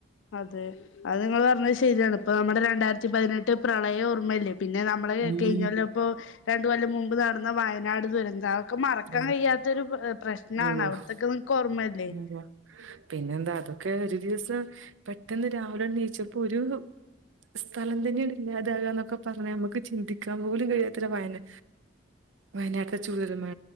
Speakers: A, on the left (about 75°); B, on the right (about 85°).
A: അതെ അത് നിങ്ങൾ പറഞ്ഞത് ശരിയാണ് ഇപ്പ നമ്മുടെ രണ്ടായിരത്തി പതിനെട്ട് പ്രളയഓർമ്മല്ല പിന്നെ നമ്മള്
B: ഉം
A: കഴിഞ്ഞല്ല ഇപ്പോൊ രണ്ട കൊല്ലം മുമ്പ് നടന്ന വയനാട് ദുരന്ത ക്കെ മറക്കാൻ
B: ഉം
A: കഴിയാത്തൊരു പ്രശ്നാണ്
B: ഓഹ്
A: അവിടത്തൊക്കെ നിനക്ക് ഓർമല്ലേ
B: അതെ. പിന്നെന്താ അതൊക്കെ ഒരു ദിവസം പെട്ടെന്ന് രാവിലെ എണ്ണയിച്ചപ്പോ ഒരു സ്ഥലം തന്നെയ ഇല്ലാതാകാന്നൊക്കെ പറഞ്ഞാ നമുക്ക് ചിന്തിക്കാൻ പോലും കഴിയാത്തല്ല വയന വയനാട്ടില ചുളർ മഴ